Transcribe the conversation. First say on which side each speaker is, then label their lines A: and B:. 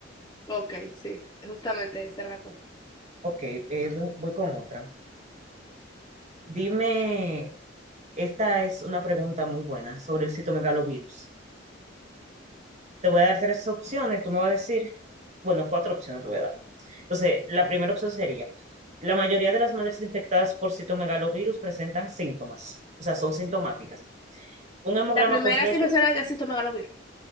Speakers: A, on the left; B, on the right.
A: Ok, sí, justamente esa es la correcta.
B: Ok, eh, voy con otra. Dime, esta es una pregunta muy buena sobre el citomegalovirus. Te voy a dar tres opciones, tú me vas a decir, bueno, cuatro opciones te voy a dar. Entonces, la primera opción sería, la mayoría de las madres infectadas por citomegalovirus presentan síntomas, o sea, son sintomáticas. Un hemograma
A: Las primeras
B: completo,
A: infecciones de citomegalovirus.